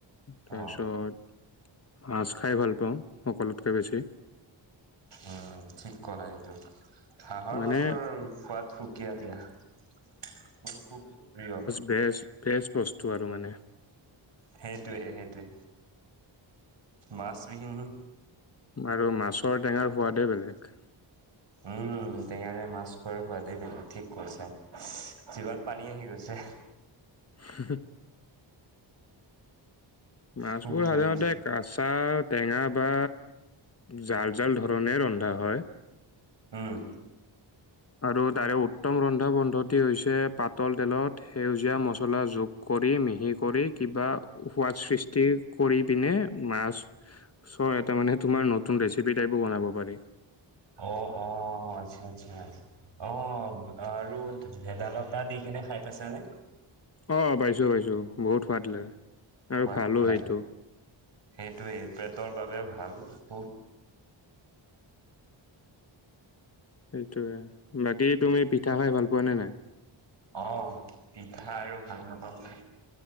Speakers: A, on the left (about 30°); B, on the right (about 60°).
A: তাৰপিছত
B: অ
A: মাছ খাই ভাল পাওঁ সকলোতকে বেছি।
B: অ' ঠিক কৰা এইটো। হাঁহৰ
A: মানে
B: মাংসৰ সোৱাদ সুকীয়া দিয়া, মোৰ খুব প্ৰিয়।
A: বেছ, বেছ বস্তু আৰু মানে।
B: সেইটোয়ে, সেইটোৱে। মাছবিহীন
A: আৰু মাছৰ টেঙাৰ সোৱাদেই বেলেগ।
B: উম, টেঙাৰে মাছ খোৱা খোৱাদেই বেলেগ, ঠিক কৈছা, জিভাত পানী আহি গৈছে।
A: <inaudible> মাছবোৰ
B: খুব ধুনীয়া
A: সাধাৰণতে আচাৰ টেঙা বা জাল জাল ধৰণে ৰন্ধা হয়।
B: উম।
A: আৰু তাৰে উত্তম ৰন্ধা পদ্ধতি হৈছে পাতল তেলত সেউজীয়া মচলা যোগ কৰি, মিহি কৰি, কিবা সোৱাদ সৃষ্টি কৰি পিনে মাছ ছৰ এটা মানে তোমাৰ নতুন ৰেচিপি টাইপো বনাব পাৰি।
B: অ', অ'। অ' আচ্ছা আচ্ছা। অ' আৰু ভে-ভেদাইলতা দি কেনে খাই পাইছানে?
A: অ' পাইছোঁ পাইছোঁ, বহুত সোৱাদ লাগে। আৰু
B: সোৱাদ
A: ভালো
B: লাগে।
A: সেইটো
B: সেইটোৱেই পেটৰ বাবে ভাল খুব।
A: সেইটোয়ে। বাকী তুমি পিঠা খাই ভাল পোৱানে নাই?
B: অ' পিঠা আৰু ভাল নাপামনে।